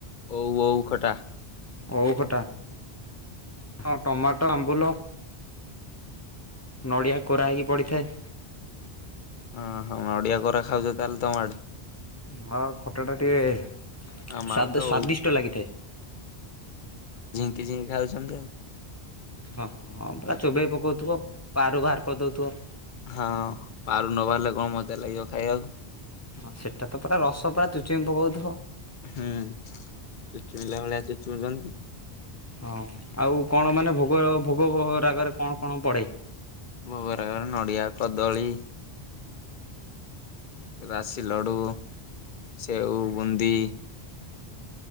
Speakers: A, on the left; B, on the left.
A: ଓଉ ଓଉ ଖଟା।
B: ଓଉ ଖଟା। ହଁ ଟମାଟୋ ଆମ୍ବୁଲ ନଡ଼ିଆ କୋରା ହେଇକି ପଡ଼ିଥାଏ।
A: ଓ ହଁ ନଡ଼ିଆ କୋରା ଖାଉଚ ତାହେଲେ ତୋମ ଆଡେ।
B: ହଁ ଖଟା ଟା ଟିକେ ସ୍ବାଦ
A: ଆମ ଆଡେ ତ
B: ସ୍ୱାଦିଷ୍ଟ
A: ଓଉ
B: ଲାଗିଥାଏ।
A: କିଚିଂ ଖାଉଛନ୍ତି ଆଉ।
B: ହଁ, ହଁ, ହଁ ପୁରା ଚୋବେଇ ପକଉଥୁବ, ପାରୁ ବାହାର କରିଦଉଥୁବ।
A: ହଁ ପାରୁ ନ ବାହାରିଲେ କଣ ମଜା ଲାଗିବ। ଖାଇବାକୁ।
B: ହଁ ସେଟା ତ ପୁରା ରସ ପୁରା ଚୁଚୁମି ପକଉଥୁବ।
A: ହୁଁ ଚୁଚୁମିଲା ଭଳିଆ ଚୁଚୁମୁ ଚନ୍ତି।
B: ହଁ ଆଉ କଣ ମାନେ ଭୁଗ ଭୁଗ ରାଗରେ ମାନେ କଣ କଣ ପଡେ?
A: ଭୋଗ ରାଗରେ ନଡ଼ିଆ, କଦଳୀ ରାଶି ଲଡୁ ସେଉ ବୁନ୍ଦି